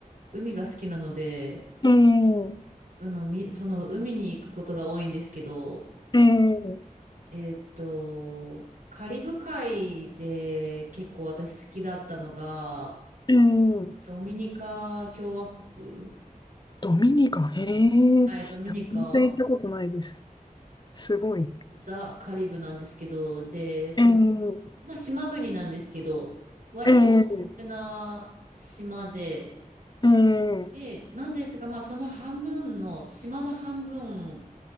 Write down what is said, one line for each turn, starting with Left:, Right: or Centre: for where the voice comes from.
Right: 海が好きなので、
Left: えー、
Right: あの、み、その海に行くことが多いんですけど、
Left: えー、
Right: えーっと、カリブ海で結構私好きだったのが、
Left: えー、
Right: ドミニカ共和国。
Left: ドミニカ、へ
Right: はい、
Left: え、
Right: ドミニカ
Left: 全然行ったことないです。すごい。
Right: ザ・カリブなんですけど、で、その、
Left: えー
Right: まあ、島国なんですけど、割と大きな島で、
Left: ええ、ええ、
Right: で、なんですが、まあ、その半分の、島の半分、